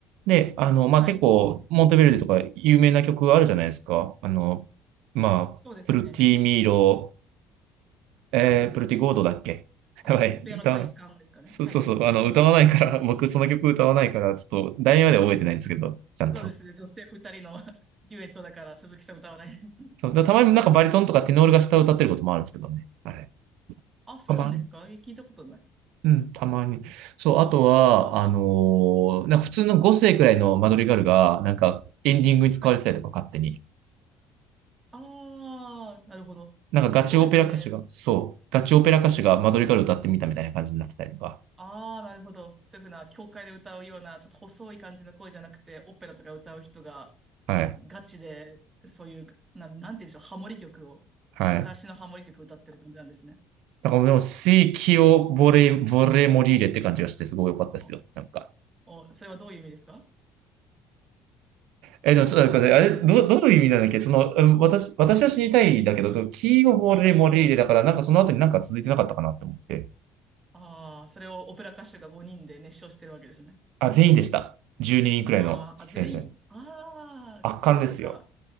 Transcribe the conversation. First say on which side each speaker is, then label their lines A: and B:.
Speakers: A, on the right; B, on the right.
A: で、あの、まあ、
B: な。はい。
A: 結構、モンテベルデとか有名な曲があるじゃないですか。あの、まあ、
B: そうですね。
A: プルティミーロ、えー、プルティゴードだっけ <laughs>
B: えーポップ屋の体感ですかね。
A: やばい、歌わない。そうそうそう、
B: はい。
A: あの、歌わないから、<laughs> 僕その曲歌わないから、ちょっと、題名までは覚えてないんですけど、ちゃんと。
B: そうですね。女性2人の <laughs> デュエットだから鈴木さん歌わない <laughs>
A: そう、だからたまになんかバリトンとかテノールが下を歌ってることもあるんですけどね。
B: ですよね。
A: あれ。
B: あ、そうなんですかえ聞いたことない。
A: たまに。うん、たまに。そう、
B: うん
A: あとは、
B: あんまり。
A: あのーなんか普通の5世くらいのマドリガルが、なんかエンディングに使われてたりとか、
B: はい。
A: 勝手に。
B: ああ、なるほど。
A: なんかガチオペラ歌手が、
B: そうですね。
A: そう、ガチオペラ歌手がマドリカル歌ってみたみたいな感じになってたりとか。
B: ああ、なるほど。そういうふうな、教会で歌うような、ちょっと細い感じの声じゃなくて、オペラとか歌う人が、
A: はい。
B: ガチで、そういう、なん、なんて言うんでしょう、ハモリ曲を、
A: はい。
B: 昔のハモリ曲歌ってる感じなんですね。
A: なんかでもう、水気をボレ、ボレモリーレって感じがして、すごい良かったですよ。
B: あ
A: なんか。
B: お、それはどういう意味ですか
A: え、でもちょっと待って、あれ、ど、どういう意味なんだっけその、うん私、私は死にたいんだけど、キーをボレモリーレだから、
B: おー、
A: なんかその後になんか続いてなかったかなって思って。
B: ああ、それをオペラ歌手が5人で熱唱してるわけですね。
A: あ、全員でした。12人くらいの出演者。
B: あーあ、全員、ああ、
A: 圧巻ですよ。
B: そのなんか、